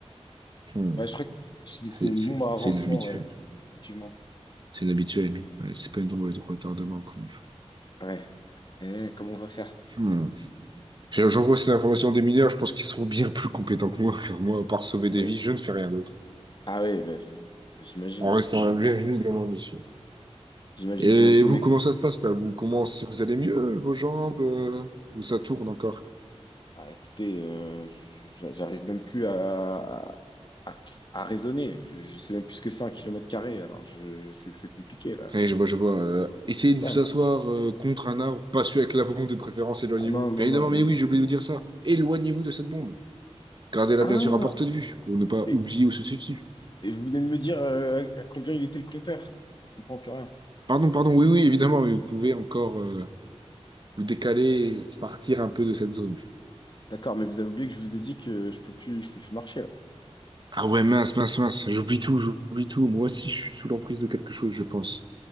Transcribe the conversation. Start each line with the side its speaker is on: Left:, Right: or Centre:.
Right: Hmm.
Left: Ouais, je crois que c'est
Right: C'est
Left: c'est une
Right: c'est-
Left: bombe à avancement,
Right: c'est inhabituel.
Left: ouais, effectivement.
Right: C'est inhabituel. Ouais, c'est pas une bombe avec de retardement, quoi.
Left: Ouais. Eh, comment on va faire?
Right: Hmm. J'ai- J'envoie ces informations à des mineurs, je pense qu'ils seront bien plus compétents que moi, car moi, à part sauver des
Left: Ouais.
Right: vies, je ne fais rien d'autre.
Left: Ah oui, bah, j'ai- j'imagine.
Right: En
Left: ouais.
Right: restant un viril dans ma mission.
Left: J'imagine,
Right: Et
Left: j'imagine,
Right: vous,
Left: mec.
Right: comment ça se passe là? Vous, comment, vous allez mieux, vos jambes? euh, Ou ça tourne encore?
Left: Ah, écoutez, euh, j- j'arrive même plus à, à, à- à raisonner. Je, je sais même plus ce que c'est un kilomètre carré. Alors, je sais que c'est compliqué, là.
Right: Ouais, je vois, je vois. euh, essayez
Left: Dites
Right: de
Left: ça,
Right: vous
Left: mais...
Right: asseoir euh, contre un arbre, pas celui avec la bombe de préférence, éloignez-vous.
Left: Ah, non, non,
Right: Bien évidemment,
Left: non, oui.
Right: mais oui, j'ai oublié de vous dire ça. Éloignez-vous de cette bombe. Gardez-la
Left: Ah,
Right: bien sûr à portée de vue, pour ne pas
Left: mais,
Right: oublier où se situe.
Left: mais vous venez de me dire euh, à combien il était le compteur. Je comprends plus rien.
Right: Pardon, pardon, oui, oui, évidemment, mais vous pouvez encore euh, vous décaler, partir un peu de cette zone.
Left: D'accord, mais vous avez oublié que je vous ai dit que je peux plus, je peux plus marcher, là.
Right: Ah ouais, mince, mince, mince. J'oublie tout, j'oublie tout. Moi aussi, je suis sous l'emprise de quelque chose, je pense.